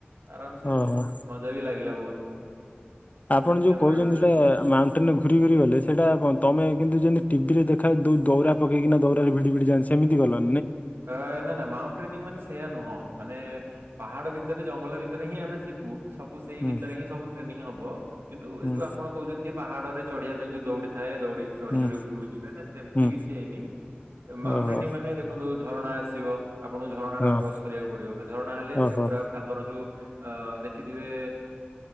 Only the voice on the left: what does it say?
ଓହୋ
ଆପଣ
ଯୋଉ
କହୁଛନ୍ତି
ସେଟା ମାଉଣ୍ଟେନରେ ଘୁରି ଘୁରି ଗଲେ ସେଇଟା କଣ ତମେ କିନ୍ତୁ ଯେମିତି ଟିଭିରେ ଦେଖାଏ ଦୌରା ପକେଇକିନା ଦୌରାରେ ଭିଡ଼ି ଭିଡ଼ି ଯାଆନ୍ତି ସେମିତି ଗଲ?
ହୁଁ
ହୁଁ
ହୁଁ
ହୁଁ
ଓହୋ
ହଁ
ଓହୋ